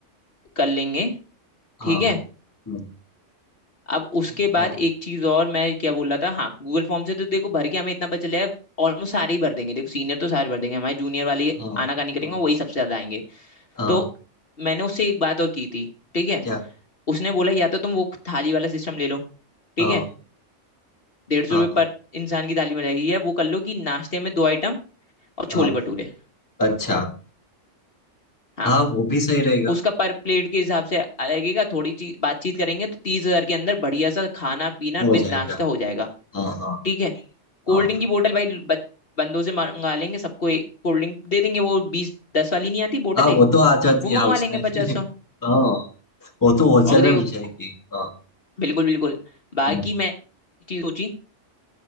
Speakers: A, on the left (about 50°); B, on the left (about 15°).
A: कर लेंगे
B: हाँ
A: ठीक है
B: हम्म,
A: अब उसके
B: हाँ
A: बाद एक चीज और मैं क्या बोल रहा था हाँ गूगल फॉर्म से तो देखो भर के हमें इतना पता चलेगा ऑलमोस्ट सारे ही भर देंगे देखो सीनियर तो सारे भर देंगे हमारे जूनियर वाले
B: हाँ
A: आनाकानी करेंगे
B: हाँ
A: और वही सबसे ज्यादा आएंगे
B: हाँ,
A: तो मैंने उससे एक बात और की थी ठीक है
B: क्या
A: उसने बोला या तो तुम वो थाली वाला सिस्टम ले लो ठीक
B: हाँ
A: है डेढ़ सौ
B: हाँ
A: रुपये
B: हाँ
A: पर इंसान की थाली में रहेगी या वो कर लो कि नाश्ते में दो आइटम और
B: हाँ,
A: छोले भटूरे
B: अच्छा
A: हाँ
B: हाँ वो भी सही रहेगा
A: उसका पर प्लेट के हिसाब से लगेगा थोड़ी चीज बातचीत करेंगे तो तीस हजार के अंदर बढ़िया सा खाना पीना
B: हो
A: विद
B: जाएगा
A: नाश्ता हो जाएगा
B: हाँ हाँ
A: ठीक है कोल्ड
B: हाँ
A: ड्रिंक की बोतल भाई बच- बंदों से मंगा लेंगे सबको एक कोल्ड ड्रिंक दे देंगे वो बीस दस वाली नहीं आती बोतल
B: हाँ
A: है
B: वो तो आ जाती
A: वो
B: है हाँ
A: मंगवा
B: उसमें
A: लेंगे
B: <laughs>
A: पचास सौ
B: हाँ वो तो होलसेल
A: और देखो
B: में मिल जाएगी हाँ
A: बिल्कुल बिल्कुल बाकी
B: हम्म,
A: मैं एक चीज सोची